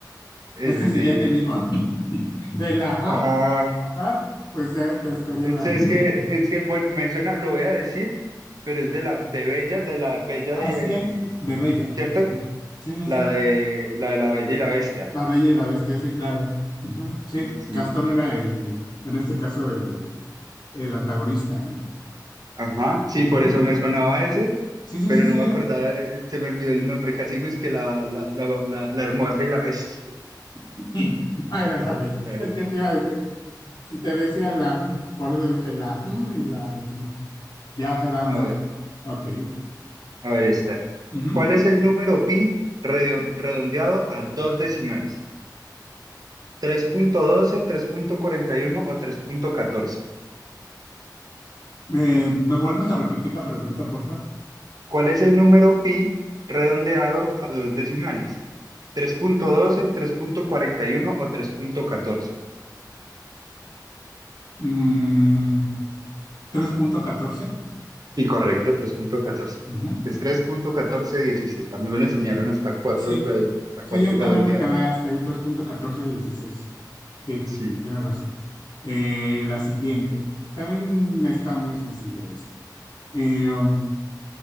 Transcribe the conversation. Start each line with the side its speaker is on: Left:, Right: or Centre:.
Right: el
Left: Es que si
Right: de,
Left: ya te digo, <laughs> de la ajá,
Right: ah,
Left: ajá, pues ya te
Right: es,
Left: estaría dando.
Right: es que, es que, bueno, me suena, lo voy a decir, pero es de la, de Bella, de la Bella
Left: Así
Right: y el,
Left: es,
Right: y-
Left: de Bella.
Right: ¿cierto?
Left: Ujú. Sí, sí,
Right: La
Left: sí.
Right: de, la de la Bella y la Bestia.
Left: La Bella y la Bestia, sí, claro. Ujú, Sí,
Right: Sí, sí, sí.
Left: Gastón era el, en este caso, el, el antagonista, ¿no?
Right: Ajá, sí, por
Left: Ujú.
Right: eso me sonaba ese,
Left: Sí, sí,
Right: pero
Left: sí,
Right: no
Left: sí,
Right: me
Left: es.
Right: acordaba, de- se me olvidó el nombre, casi es que la, la, la, la, la hermosa y la bestia.
Left: <laughs> No era la Bella.
Right: <laughs> A ver,
Left: Es que te iba a decir, si te decía la, por eso dije la, mm, y las, ya eran
Right: a
Left: dos.
Right: ver.
Left: Ok.
Right: A ver esta.
Left: Ujú.
Right: ¿Cuál es el número pi redio- redondeado a dos decimales? Tres tres punto punto doce, tres punto cuarenta y uno o tres punto catorce.
Left: ¿Me, me vuelves a repetir la pregunta, porfa?
Right: ¿Cuál es el número pi redondeado a dos decimales? Tres tres punto punto doce, tres punto cuarenta y uno o tres punto catorce.
Left: Mm, 3.14.
Right: Sí, correcto, tres punto catorce.
Left: Ujú,
Right: Es tres
Left: ok.
Right: punto catorce dieciséis. A mí me lo enseñaron hasta cuatro,
Left: Sí,
Right: hasta
Left: sí,
Right: cuatro
Left: yo también
Right: redondeados.
Left: me quedé hasta ahí, tres punto catorce dieciséis Sí,
Right: Sí.
Left: tienes razón. Eh, la siguiente, también está muy sencilla esta. Eh, um,